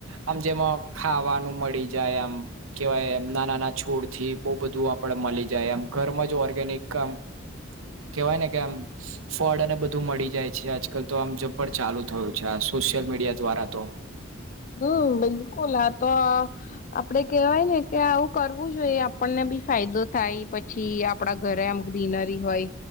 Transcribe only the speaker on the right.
આમ જેમાં ખાવાનું મળી જાય આમ કેવાય એમ ના નાના છોડ થી બહુ બધું આપડે મળી જાય એમ ઘરમાં જ ઓર્ગેનિક કામ
કેવાય ને કે આમ ફોડ અને બધું મળી જાય છે આજકાલ તો આમ જઝ્પર ચાલુ થયું છે આ સોશિયલ મીડિયા દ્વારા તો